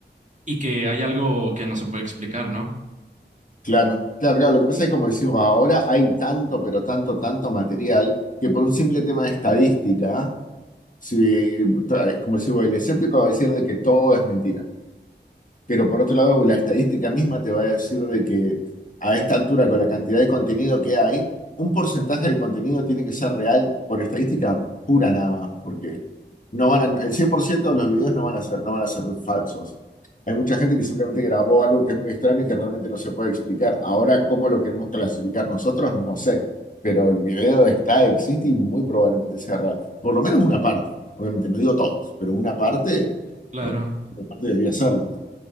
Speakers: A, on the right (about 40°); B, on the left (about 45°).
A: y que hay algo que no se puede explicar, ¿no?
B: claro, claro, claro. Lo que pasa es que como decimos, ahora hay tanto, pero tanto, tanto material que por un simple tema de estadística, si, como decimos, el escéptico va a decir de que todo es mentira. Pero por otro lado, la estadística misma te va a decir de que a esta altura, con la cantidad de contenido que hay, un porcentaje de contenido tiene que ser real por estadística pura nada más, porque no van a- el 100% de los videos no van a ser, no van a ser falsos. Hay mucha gente que simplemente grabó algo que es muy extraño y que realmente no se puede explicar. Ahora, ¿cómo lo queremos clasificar nosotros? No sé, pero el video está, existe y muy probablemente sea real. Por lo menos una parte, obviamente, no digo todos, pero una parte,
A: Claro.
B: eh, una parte debería serlo.